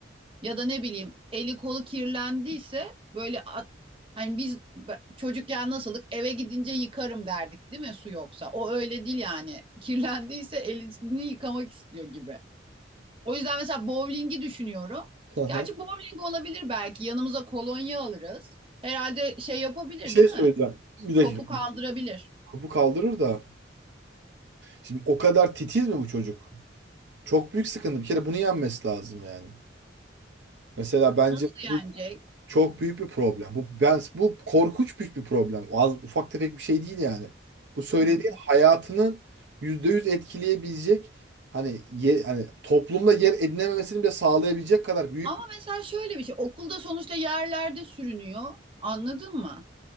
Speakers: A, on the right; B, on the right.
A: Ya da ne bileyim eli kolu kirlendiyse böyle at- hani biz b- çocukken nasıldık eve gidince yıkarım derdik değil mi su yoksa. O öyle değil yani. Kirlendiyse elini yıkamak istiyor gibi. O yüzden mesela bowling'i düşünüyorum.
B: Aha.
A: Gerçi bowling olabilir belki. Yanımıza kolonya alırız. Herhalde şey yapabilir
B: Bir şey
A: değil mi?
B: söyleyeceğim. Bir dakika.
A: Topu kaldırabilir.
B: Kapı kaldırır da. Şimdi o kadar titiz mi bu çocuk? Çok büyük sıkıntı. Bir kere bunu yenmesi lazım yani. Mesela bence
A: Nasıl yenecek?
B: bu çok büyük bir problem. Bu ben bu korkunç büyük bir problem. Az, ufak tefek bir şey değil yani. Bu söylediğin
A: Hmm.
B: hayatının %100 etkileyebilecek hani yer, hani toplumda yer edinememesini bile sağlayabilecek kadar büyük
A: Ama
B: bir
A: mesela şöyle bir şey. Okulda sonuçta yerlerde sürünüyor. Anladın mı?